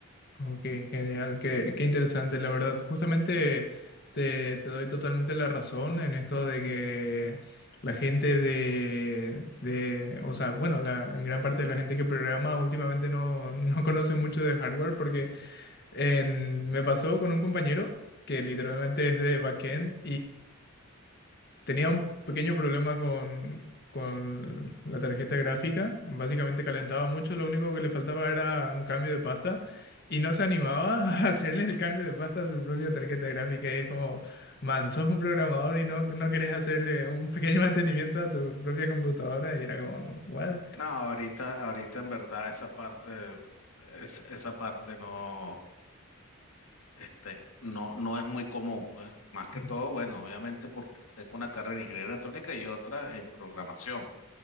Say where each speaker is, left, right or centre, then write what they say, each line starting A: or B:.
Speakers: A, on the left; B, on the left.
A: Ok, genial, qué, qué interesante, la verdad. Justamente te, te doy totalmente la razón en esto de que la gente de, de- o sea, bueno, la, en gran parte de la gente que programa últimamente no, <laughs> no conoce mucho de hardware porque en- me pasó con un compañero que literalmente es de backend Tenía un pequeño problema con, con la tarjeta gráfica. Básicamente calentaba mucho, lo único que le faltaba era un cambio de pasta y no se animaba <laughs> a hacerle el cambio de pasta a su propia tarjeta gráfica. Y es como, man, sos un programador y no, no querés hacerle un pequeño <laughs> mantenimiento a tu propia computadora. Y era como, what?
B: No, ahorita, ahorita en verdad esa parte, es- esa parte no. Este, no, no es muy común, pues. Más que
A: Ujú.
B: todo, bueno, obviamente porque tengo una carrera en ingeniería electrónica y otra en programación.